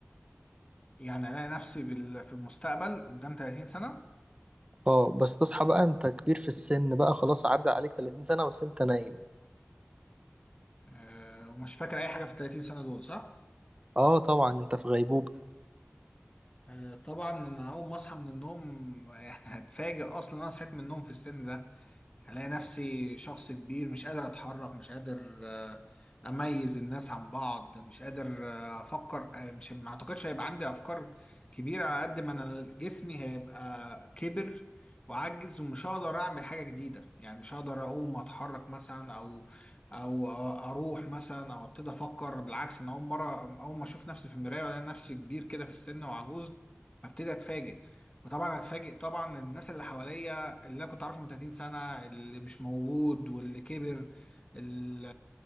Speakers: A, on the left (about 25°); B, on the right (about 25°).
A: يعني الاقي نفسي بال- في المستقبل قدام 30 سنة
B: اه بس تصحى بقى أنت كبير في السن بقى خلاص عدى عليك 30 سنة بس أنت نايم
A: آه، ومش فاكر اي حاجه في ال 30 سنه دول صح
B: اه طبعا أنت في غيبوبة
A: آه، طبعا انا اول ما اصحى من النوم <laughs> يعني هتفاجئ اصلا انا صحيت من النوم في السن ده هلاقي نفسي شخص كبير مش قادر اتحرك مش قادر آه، اميز الناس عن بعض مش قادر آه، افكر آه، مش ما اعتقدش هيبقى عندي افكار كبيرة على قد ما انا جسمي هيبقى كبر وعجز ومش هقدر اعمل حاجة جديدة يعني مش هقدر اقوم اتحرك مثلا او او آه، اروح مثلا او ابتدي افكر بالعكس انا اول مرة اول ما اشوف نفسي في المراية والاقي نفسي كبير كده في السن وعجوز هبتدي اتفاجئ وطبعا هتفاجئ طبعا الناس اللي حواليا اللي أنا كنت عارفه من 30 سنة اللي مش موجود واللي كبر ال-